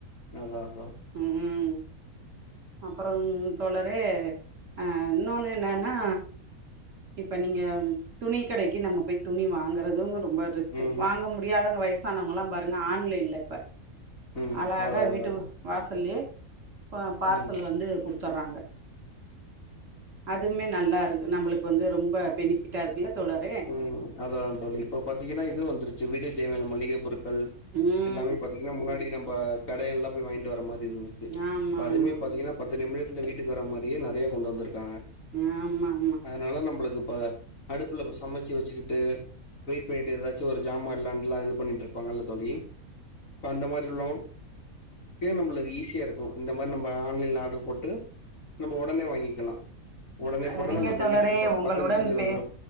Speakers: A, on the left; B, on the right.
A: அதா அதா
B: ம் ம் அப்பறம் தோழரே அ இன்னொன்னு என்னன்னா இப்ப நீங்க துணி கடைக்கு நம்ம போய் துணி வாங்கறது ரொம்ப ரிஸ்கு
A: ம்
B: வாங்க முடியாதவங்க வய்சானவங்கள்லா பாருங்க ஆன்லைன்ல இப்ப
A: ம்
B: அழகா
A: அதா அதா
B: வீட்டு வாசல்லயே பா பார்சல்
A: ம்
B: வந்து குடுத் தர்றாங்க அதுமே நல்லாருக்கு நம்மளுக்கு வந்து ரொம்ப பெனிபிட்டா இருக்குல்ல தோழரே
A: ம் அதா தோழி இப்ப பாத்தீங்கனா இது வந்துருச்சு வீடு தேவையான மளிகை பொருட்கள்
B: ம்
A: எல்லாமே பாத்தீங்கனா முன்னாடி நம்ப கடைலா போய் வாங்கிட்வரமாரி இருந்துச்சு
B: ஆமா
A: இப்ப அதுமே
B: ஆமா
A: பாத்தீங்கனா பத்து நிமிடத்துல வீட்டுக்கு வர மாரியே நறையா கொண்டு வந்திருக்காங்க
B: ஆமா ஆமா
A: அதனால நம்பளுக்கு இப்ப அடுப்புல பஸ் சமச்சு வெச்சுக்குட்டு வெயிட் பண்ணிட்டு எதாச்சு ஒரு ஜாமா இல்லான்ல்லா இது பண்ணிட்டு இருப்பாங்கல்ல தோழி இப்ப அந்த மாரி உள்ளோ இப்பயே நம்பளுக்கு ஈஸியா இருக்கு இந்தமாரி நம்ம ஆன்லைன்ல ஆர்டரு போட்டு நம்ம உடனே வாங்கிக்கலா உடனே
B: சரிங்க
A: போட்ட நம்மளுக்கு
B: தோழரே
A: வீட்டுக்கு பத்
B: உங்களுடன்
A: பத்து நிமிஷத்துலயே
B: பே
A: வந்துரு